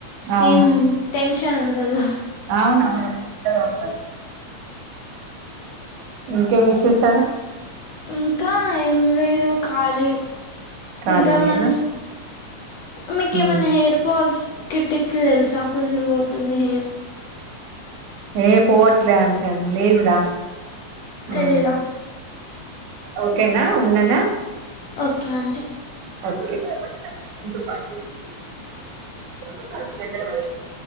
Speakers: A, on the right (about 80°); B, on the left (about 75°).
A: అవును
B: ఏం టెన్షన్ ఉండదు
A: అవునవును అక్కడే ఉంటది ఇంకేమ్ విశేశాలు
B: ఇంకా ఏం లేదు ఖాళీ
A: ఖాళీనేనా
B: ఇంత మంచ్ మీకేమైనా
A: ఉమ్
B: హెయిర్ ఫాల్స్ టిప్ టిప్ చి తెలుసా ఫుళ్ళు వోతుంది హేర్
A: ఏ పోవట్లే అంటాండ్ లేదురా
B: తెలీదా
A: ఉమ్ ఓకేనా ఉండనా
B: ఓకే ఆంటీ
A: ఓకే